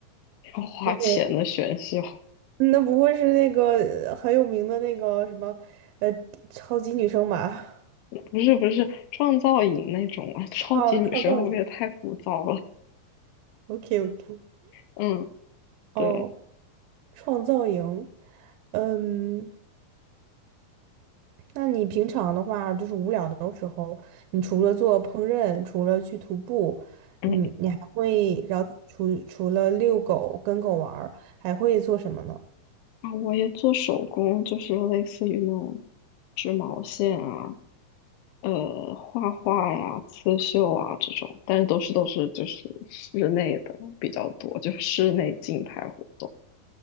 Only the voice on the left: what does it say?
要花钱的选秀，
不是不是创造营那种啊，<laughs> 超级女生会不会太枯燥了？
嗯，
对，
嗯
啊，我也做手工，就是类似于那种织毛线啊。呃，画画呀、刺绣啊这种，但是都是都是就是室内的比较多，就室内静态活动。